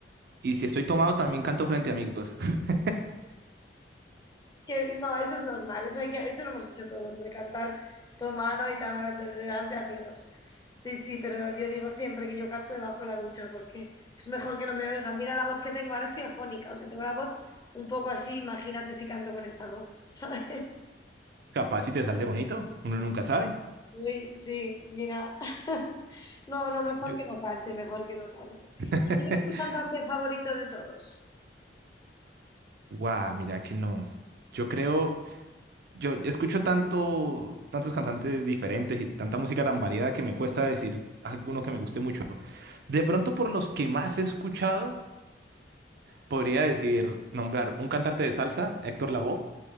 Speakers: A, on the right (about 60°); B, on the left (about 20°).
A: y si estoy tomado también canto frente a amigos. <laughs>
B: Que no, eso es normal, eso, hay que, eso lo hemos hecho todos, de cantar tomado y tal, de- delante de amigos. Sí, sí, pero yo digo siempre que yo canto debajo de la ducha porque es mejor que no me oigan. Mira la voz que tengo, ahora estoy afónica, o sea, tengo la voz un poco así, imagínate si canto con esta voz, <laughs> ¿sabes?
A: Capaz si te sale bonito, uno nunca sabe.
B: Uy, sí, mira. <laughs> No, no, mejor
A: Yo-
B: que no cante, mejor que no cante.
A: <laughs>
B: ¿Y quién es tu cantante favorito de todos?
A: Guau, mira que no. Yo creo, yo escucho tanto, tantos cantantes diferentes y tanta música tan variada que me cuesta decir alguno que me guste mucho. De pronto, por los que más he escuchado, podría decir, nombrar un cantante de salsa, Héctor Lavoe.